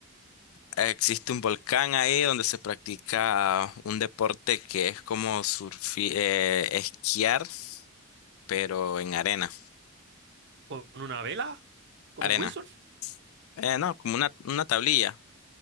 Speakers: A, on the left; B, on the right.
A: existe un volcán ahí donde se practica un deporte que es como surfi- eh, esquiar, pero en arena.
B: ¿Con una vela? ¿Como
A: Arena.
B: un windsurf?
A: Eh, no, como una, una tablilla.